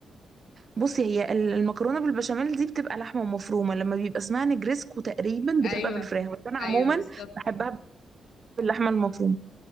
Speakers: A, on the right; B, on the left.
A: بصي هي ال- المكرونه بالبشاميل دي بتبقى لحمه مفرومه لما بيبقى اسمها نجريسكو تقريبا
B: ايوه
A: بتبقى بالفراخ بس انا
B: ايوه
A: عموما
B: بالظبط
A: بحبها باللحمه المفرومه